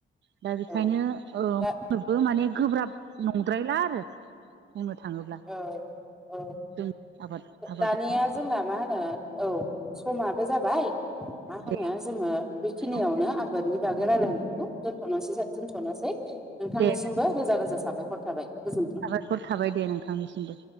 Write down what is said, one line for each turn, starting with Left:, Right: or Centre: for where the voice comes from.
Right: दा बेखायनो
Centre: औ दा
Right: माने गोब्राब नंद्रायला आरो बुंनो थाङोब्ला
Centre: औ औ
Right: जों आबाद आबादा
Centre: दानिया जोंना मा होनो औ समाबो जाबाय मा होनो
Right: दे
Centre: जोङो बेखिनियावनो
Right: औ
Centre: आबादनि। नि बागै रायलायनायखौ दोनथ'नोसै दोन्थ'नोसै नोंथांनिसिमबो
Right: दे
Centre: रोजा रोजा साबायखर थाबाय। गोजोन्थों
Right: साबायखर थाबाय दे नोंथांनिसिमबो